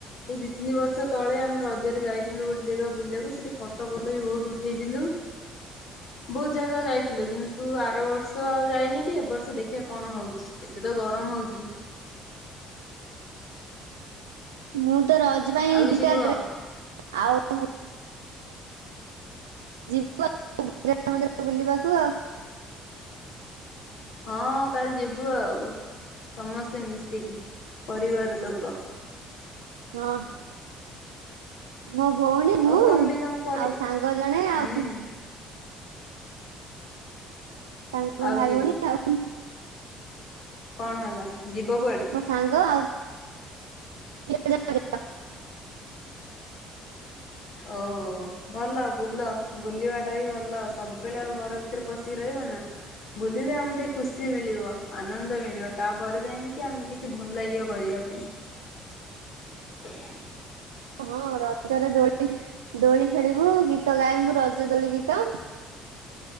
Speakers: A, on the left (about 60°); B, on the right (about 80°).
A: ଏଇ ଦି ତିନି ବର୍ଷ ତଳେ ଆମେ ରଜରେ ଯାଇଥିଲୁ ଗୋଟେ ଜାଗା ବୁଲିବାକୁ ସେଠି ଫଟ ଫଟ ବି ବହୁତ ଉଠେଇଥିଲୁ ବହୁତ ଜାଗା ଯାଇଥିଲୁ କିନ୍ତୁ ଆର ବର୍ଷ ଆଉ ଯାଇନି କି ଏ ବର୍ଷ ଦେଖିବା କଣ ହଉଛି ଏତେ ତ ଗରମ ହଉଛି।
B: ମୁଁ ତ ରଜ ପାଇଁ
A: ଆଉ
B: ଏ
A: କିଛି
B: ଦିଟା
A: କୁହ
B: ଡ୍ରେସ ଆଉ। ଯିବୁ ଆ ମନ୍ଦିର ବୁଲିବାକୁ ଆଉ।
A: ହଁ କାଲି ଯିବୁ ଆଉ ସମସ୍ତେ ମିଶିକି ପରିବାର ଲୋକ
B: ହଁ। ମୋ ଭଉଣୀ ମୁଁ
A: ଆଉ ତମେ ତମ ପରି
B: ଆଉ ସାଙ୍ଗ ଜଣେ ଆଉ।
A: ହୁଁ
B: ତାଙ୍କ
A: ଆଉ
B: ଭାଇ
A: କିଏ
B: ଭଉଣୀ ଆଉ।
A: କଣ ହେଲା? ଯିବ କୁଆଡେ?
B: ମୋ ସାଙ୍ଗ ଆଉ। ଜୟ ଜ
A: ଓ ଭଲ ବୁଲ ବୁଲିବା ଟା ବି ଭଲ ସବୁବେଳେ ଆଉ ଘର ଭିତରେ ପଶିକି ରହିବ ନା। ବୁଲିଲେ ଆମକୁ ଟିକେ ଖୁସି ମିଳିବ ଆନନ୍ଦ ମିଳିବ ତାପରେ ଯାଇକି ଆମେ କିଛି ଭଲ ଲାଗିବ କରିବା ପାଇଁ।
B: ହଁ ରଜରେ ଦୋଳି ଦୋଳି ଖେଳିବୁ ଗୀତ ଗାଇବୁ ରଜ ଦୋଳି ଗୀତ